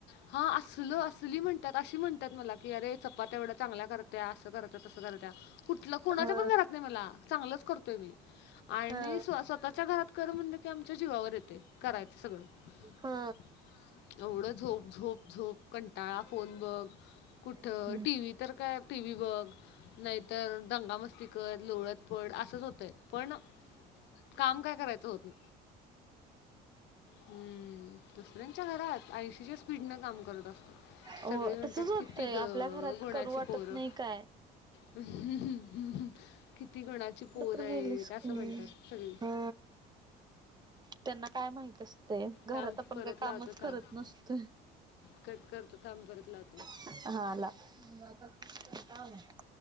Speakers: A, on the left; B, on the right.
A: हा असल अस चुली म्हणतात अशी म्हणतात मला की अरे चपात एवढा चांगला करत्या असं करत तसं करत्या कुठलं कोणाच्या
B: हा
A: पण घरात नाही मला चांगलंच करतोय मी आणि
B: हा
A: स्व स्वतःच्या घरात कर म्हणलं की आमच्या जीवावर येते करायचं सगळं
B: हा
A: हम एवढं झोप झोप झोप कंटाळा फोन बघ कुठं
B: हम्म
A: टीव्त तर काय टी व्ही बघ नाहीतर दंगा मस्ती कर लोळत पड असंच होतं पण काम काय करायचं होत ना हम्म दुसऱ्यांच्या घरात आयसीच्या स्पीड न काम करत असतो
B: हो
A: सगळी म्हणतात
B: तसच होतंय
A: किती गं
B: आपल्या घरात
A: गुणाची
B: करू वाटत
A: पोरं
B: नाही काय
A: हम हम हम हम किती गुणाची पोरं
B: गेलस
A: आहेत असं
B: कि
A: म्हणतात सगळी
B: हा त्यांना काय माहित असते घरात
A: थांब
B: आपण
A: परत
B: काही कामच
A: लावतो थांब
B: करत नसत
A: कट करतो थांब परत लावतो
B: हा